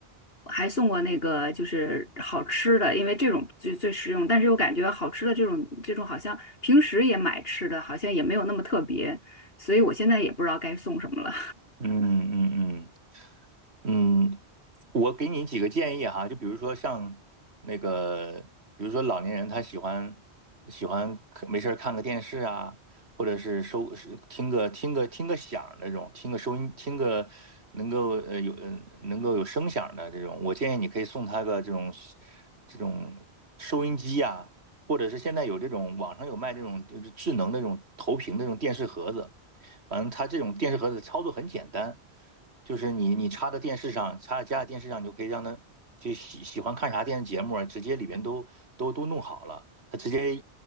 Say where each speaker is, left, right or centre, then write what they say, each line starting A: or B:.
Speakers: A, on the left (about 60°); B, on the right (about 70°).
A: 还送过那个就是好吃的，因为这种最最实用，但是又感觉好吃的这种这种好像平时也买吃的，好像也没有那么特别，所以我现在也不知道该送什么了。
B: 嗯嗯嗯。嗯，我给你几个建议哈，就比如说像那个，比如说老年人他喜欢喜欢看没事儿看个电视啊，或者是收是听个听个听个响儿那种，听个收音听个能够呃有嗯能够有声响儿的这种，我建议你可以送他个这种这种收音机呀、或者是现在有这种网上有卖这种就是智能那种投屏的那种电视盒子。反正它这种电视盒子操作很简单，就是你你插在电视上，插在家里电视上，你就可以让它就喜喜欢看啥电视节目啊，直接里边都都都弄好了，它直接